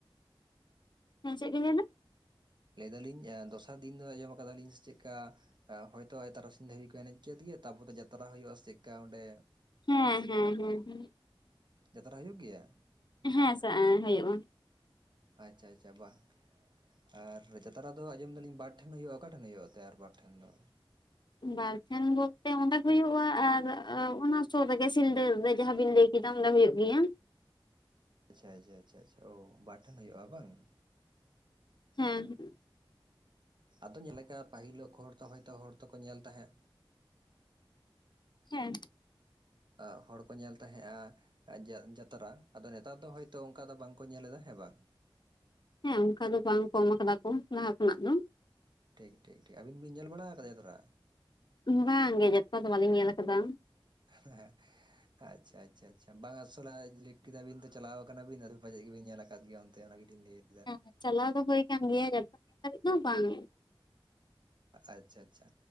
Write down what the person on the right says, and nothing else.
ᱞᱟᱹᱭ ᱫᱟᱞᱤᱧ ᱫᱚᱥᱟᱨ ᱫᱤᱱ ᱫᱚ ᱟᱸᱡᱚᱢ ᱟᱠᱟᱫᱟᱞᱤᱧ ᱥᱮ ᱪᱮᱫᱠᱟ ᱦᱚᱳᱭᱛᱳ ᱛᱟᱨᱟᱥᱤᱧ ᱫᱷᱟᱹᱵᱤᱡ ᱠᱚ ᱮᱱᱮᱡ ᱠᱮᱫ ᱜᱮ ᱛᱟᱯᱚᱛᱮ ᱡᱟᱛᱨᱟ ᱦᱩᱭᱩᱜᱼᱟ ᱥᱮ ᱪᱮᱫᱠᱟ ᱚᱸᱰᱮ
ᱡᱟᱛᱨᱟ ᱦᱩᱭᱩᱜ ᱜᱮᱭᱟ
ᱟᱪᱪᱷᱟ ᱟᱪᱪᱷᱟ ᱵᱟᱝ ᱟᱨ ᱡᱟᱛᱨᱟ ᱫᱚ ᱟᱸᱡᱚᱢ ᱫᱟᱞᱤᱧ ᱵᱟᱨ ᱴᱷᱮᱱ ᱦᱩᱭᱩᱜᱼᱟ ᱚᱠᱟ ᱴᱷᱮᱱ ᱦᱩᱭᱩᱜᱼᱟ ᱛᱮ ᱟᱨ ᱵᱟᱨ ᱴᱷᱮᱱ ᱫᱚ
ᱟᱪᱷᱟ ᱟᱪᱷᱟ ᱟᱪᱷᱟ ᱚ ᱵᱟᱨ ᱴᱷᱮᱱ ᱦᱩᱭᱩᱜᱼᱟ ᱵᱟᱝ
ᱟᱫᱚ ᱧᱮᱞ ᱞᱮᱠᱟ ᱯᱟᱹᱦᱤᱞᱳᱜ ᱦᱚᱲ ᱛᱚ ᱦᱚᱭᱛᱚ ᱦᱚᱲ ᱛᱠᱚ ᱧᱮᱞ ᱛᱟᱦᱮᱸᱫ
ᱚ ᱦᱚᱲ ᱠᱚ ᱧᱮᱞ ᱛᱟᱦᱮᱸᱫᱼᱟ ᱡᱟ ᱡᱟᱛᱨᱟ ᱟᱫᱚ ᱱᱮᱛᱟᱨ ᱫᱚ ᱦᱚᱭᱛᱳ ᱚᱱᱠᱟ ᱫᱚ ᱵᱟᱝᱠᱚ ᱧᱮᱞ ᱮᱫᱟ ᱦᱮᱸ ᱵᱟᱝ
ᱴᱷᱤᱠ ᱴᱷᱤᱠ ᱴᱷᱤᱠ ᱟᱵᱤᱱ ᱵᱤᱱ ᱧᱮᱞ ᱵᱟᱲᱟ ᱟᱠᱟᱫᱭᱟ ᱡᱟᱛᱲᱟ
ᱦᱮᱸ ᱟᱪᱪᱷᱟ ᱟᱪᱪᱷᱟ ᱟᱪᱪᱷᱟ ᱵᱟᱝ ᱟᱥᱚᱞᱮ ᱞᱮ ᱠᱮᱫᱟᱵᱤᱱ ᱛᱚ ᱪᱟᱞᱟᱣ ᱠᱟᱱᱟ ᱵᱤᱱ ᱟᱫᱚ ᱯᱟᱪᱮᱫ ᱜᱮᱵᱤᱱ ᱧᱮᱞ ᱟᱠᱟᱫ ᱜᱮᱭᱟ ᱛᱮ <unintelligible> ᱜᱮ ᱛᱤᱧ ᱞᱮ
ᱟᱪᱪᱷᱟ ᱟᱪᱪᱷᱟ